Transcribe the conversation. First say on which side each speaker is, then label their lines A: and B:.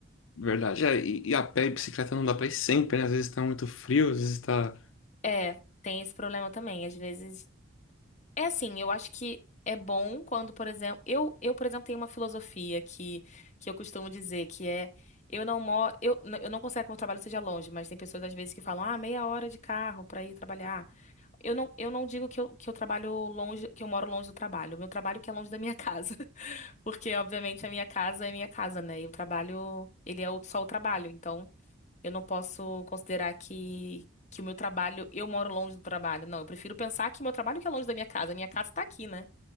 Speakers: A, on the left; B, on the left.
A: Verdade. É, e, e a pé e bicicleta não dá pra ir sempre, né? Às vezes tá muito frio, às vezes tá.
B: É, tem esse problema também. Às vezes É assim, eu acho que é bom quando, por exemplo, eu, eu, por exemplo, tenho uma filosofia que, que eu costumo dizer, que é eu não moro, eu, n- eu não considero que meu trabalho seja longe, mas tem pessoas às vezes que falam, ah, meia hora de carro pra ir trabalhar. Eu não, eu não digo que eu, que eu trabalho longe, que eu moro longe do trabalho. Meu trabalho que é longe da minha casa. <laughs> Porque, obviamente, a minha casa é minha casa, né? E o trabalho, ele é o- só o trabalho, então. Eu não posso considerar que, que o meu trabalho, eu moro longe do trabalho. Não, eu prefiro pensar que meu trabalho que é longe da minha casa. A Minha casa tá aqui, né?